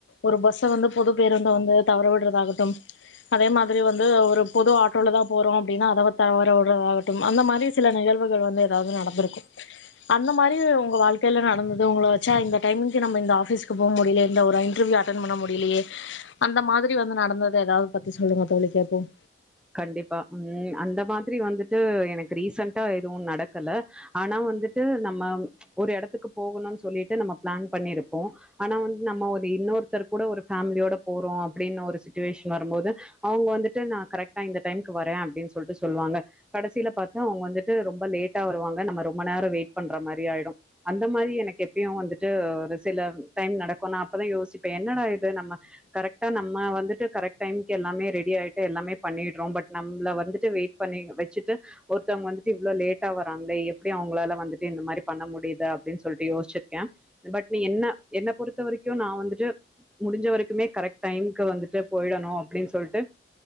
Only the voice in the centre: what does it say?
கண்டிப்பா உம் அந்த மாதிரி வந்துட் எனக்கு ரீசன்டா எதுவு நடக்கல ஆனா வந்துட்டு நம்ம ஒரு எடத்துக்கு போகுணுனு சொல்லிட்டு நமக் பிளான் பண்ணிருப்போ ஆனா வந்து நம்ம ஒரு இன்னொருத்தர் கூட ஒரு பேமிலியோட போறோ அப்புடின்னு ஒரு சுச்சுவேஷ வரும்போது அவுங்க வந்துட்டு நான் கரெக்ட் இந்த டைம்க்கு வரே அப்புடினுண சொல்லிட்டு சொல்லுவாங்க கடைசியில பாத்தா அவுங்க வந்துட்டு ரொம்ப லேட்டா வருாங்க நம்ம ரொம்ப நேர வெயிட் பண்ற மாதிரி ஆயிடு அந்த மாதிரி எனக்கு எப்பயு வந்துட்டு ஒரு சில டைம் நடக்கு நா அப்பதா யோசிப்பே என்னட நம்ம கரெக்டா நம்ம அம்மா வந்துட்டு கரெக்ட் டைமுக்கு எல்லாமே ரெடி ஆயிட்டு எல்லாமே பண்ணிறோ பட் நம்ள வந்துட்டு வெயிட் பண்ண வச்சுட்டு ஒருத்தவுங்க எப்பிடி லேட்டா வாங்கவே எப்புடி அவுங்களால வந்து இந்த மாரி பண்ண முடியுது அப்பிடினு சொ சொல்லிட்டு யோசிருக்கே பட் என்ன என்ன பொறுத்த வரைக்கு நா வந்துட்டு முடிஞ்ச வரைக்குமே கரெக்ட் டைம்க்கு வந்துட்டு போயிடணு அப்பிடினு சொல்லிட்டு